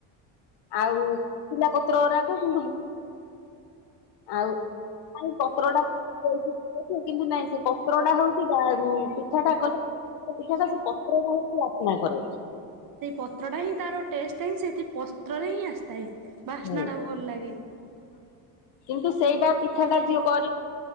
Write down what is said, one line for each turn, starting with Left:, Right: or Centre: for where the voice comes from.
Left: ଆଉ ପିଲା ପତ୍ର ଗୁରାକ କିନ୍ତୁ ଆଉ ପତ୍ରଟା <unintelligible> କିନ୍ତୁ ନାଇଁ ସେ ପତ୍ରଟା ହଉଛି ଗା ଉ-ଉ ପିଠାଟା କଲେ ସେଥିରେ ପିଠାଟା ସେ ପତ୍ରଟା ହଉଛି ବାସ୍ନା କରେ।
Right: ସେଇ ପତ୍ରଟା ହିଁ ତାର ଟେଷ୍ଟ ହିଁ ସେଇଠି ପତ୍ରରେ ହିଁ ଆସିଥାଏ ବାସ୍ନାଟା
Left: ହୁଁ
Right: ଭଲ ଲାଗେ।
Left: କିନ୍ତୁ ସେଇବା ପିଠାଟା ଯିଏ କରି